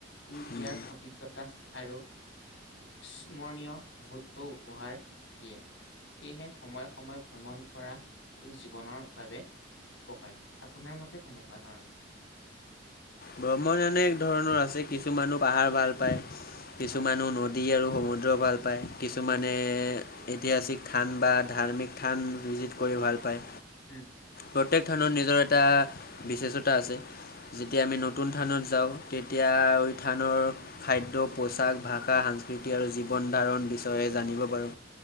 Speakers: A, on the left; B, on the left.
A: ই
B: পোৱানে
A: জ্ঞান অভিজ্ঞতা আৰু স্মৰণীয় মুহূৰ্তও উপহাৰ দিয়ে। সেয়েহে সময়ে-সময়ে ভ্ৰমণ কৰাটো জীৱনৰ বাবে উপকাৰী। আপোনাৰ মতে কেনেকুৱা ধৰণৰ?
B: ভ্ৰমণ এনে এক ধৰণৰ আছে। কিছু মানুহ পাহাৰ ভাল পায় কিছুমানো
A: হয়,
B: নদী আৰু সমুদ্ৰ ভাল পায়। কিছুমানে
A: হয়,
B: ইতিহাচিক থান বা ধাৰ্মিক থান ভিজিট কৰি ভাল পায়।
A: উম।
B: প্ৰত্যেক থানত নিজৰ এটা বিশ্বেষতা আছে। যেতিয়া আমি নতুন থানত যাওঁ, তেতিয়া ঐ থানৰ খাদ্য, পোচাক, ভাষা, সাংস্কৃতিক আৰু জীৱন ধাৰণ বিচয়ে জানিব পাৰো।